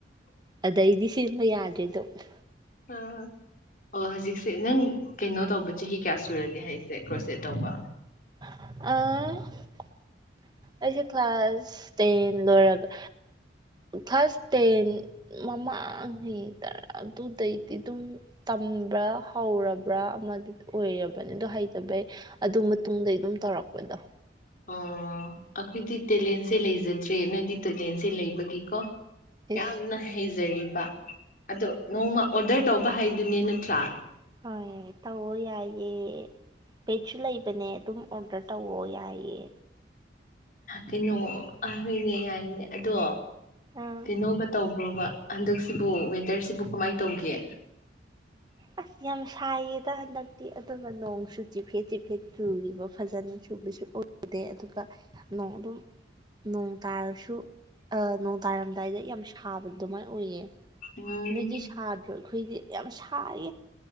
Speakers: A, on the right; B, on the left.
A: ꯑꯗ ꯑꯩꯗꯤ ꯁꯤꯃ ꯌꯥꯗꯦ <unintelligible>
B: ꯑꯥ ꯑꯣ ꯍꯧꯖꯤꯛꯁꯦ ꯅꯪ ꯀꯩꯅꯣ ꯇꯧꯕ ꯆꯍꯤ ꯀꯌꯥ ꯁꯨꯔꯒꯦ ꯍꯥꯏꯁꯦ ꯀ꯭ꯔꯣꯁ ꯁꯦꯠ ꯇꯧꯕ
A: ꯑ ꯑꯩꯁꯦ ꯀ꯭ꯂꯥꯁ ꯇꯦꯟ ꯂꯣꯏꯔꯒ ꯀ꯭ꯂꯥꯁ ꯇꯦꯟ ꯃꯃꯥꯡꯉꯩꯗꯔꯥ ꯑꯗꯨꯗꯩꯗꯤ ꯑꯗꯨꯝ ꯇꯝꯕ꯭ꯔꯥ ꯍꯧꯔꯕ꯭ꯔꯥ ꯑꯃꯗꯤ ꯑꯣꯏꯔꯕꯅꯤ ꯑꯗꯣ ꯍꯩꯇꯕꯩ ꯑꯗꯨ ꯃꯇꯨꯡꯗꯩ ꯑꯗꯨꯝ ꯇꯧꯔꯛꯄꯗꯣ
B: ꯑꯣ ꯑꯩꯈꯣꯏꯗꯤ ꯇꯦꯂꯦꯟꯁꯦ ꯂꯩꯖꯗ꯭ꯔꯦ ꯅꯣꯏꯗꯤ ꯇꯦꯂꯦꯟꯁꯦ ꯂꯩꯕꯒꯤꯀꯣ ꯌꯥꯝꯅ
A: ꯏꯁ
B: ꯍꯖꯔꯤ ꯑꯗ ꯅꯣꯡꯃ ꯑꯣꯗ ꯀ ꯇꯥꯎ ꯍꯥꯏꯥꯏꯗꯨꯅꯤ ꯅꯠꯇ꯭ꯔꯥ
A: ꯍꯣꯏ ꯍꯣꯏ ꯇꯑꯣ ꯌꯥꯏꯌꯦꯦ ꯂꯩꯁꯨ ꯂꯩꯕꯅꯦ ꯑꯗꯨꯝ ꯑꯣꯗꯔ ꯇꯋ ꯌꯥꯏꯑꯌꯦ
B: ꯀꯩꯅꯣ ꯑ ꯍꯣꯏꯅꯦ ꯌꯥꯏꯅꯦ ꯑꯗꯣ
A: ꯑꯥ
B: ꯀꯩꯅꯣꯒ ꯇꯧꯕ꯭ꯔꯣꯕ ꯍꯟꯗꯛꯁꯤꯕꯨ ꯋꯦꯗꯔꯁꯤꯕꯨ ꯀꯃꯥꯏ ꯇꯧꯒꯦ
A: ꯑꯁ ꯌꯥꯝ ꯁꯥꯏꯌꯦꯗ ꯍꯟꯗꯛꯇꯤ ꯑꯗꯨꯒ ꯅꯣꯡꯁꯨ ꯆꯤꯐꯦꯠ ꯆꯤꯛꯐꯦꯠ ꯆꯨꯔꯤꯕ ꯐꯖꯅ ꯆꯨꯕꯁꯨ ꯑꯣꯏꯗꯦ ꯑꯗꯨꯒ ꯅꯣꯡ ꯑꯗꯨꯝ ꯅꯣꯡ ꯇꯥꯔꯁꯨ ꯅꯣꯡ ꯇꯥꯔꯝꯗꯥꯏꯗ ꯌꯥꯝ ꯁꯥꯕ ꯑꯗꯨꯃꯥꯏꯅ ꯑꯣꯏꯌꯦ
B: ꯎꯝ
A: ꯅꯒꯤ ꯁꯥꯗ ꯔꯣ ꯑꯩꯈꯣꯏꯗꯤ ꯌꯥꯝ ꯁ ꯈꯦꯏ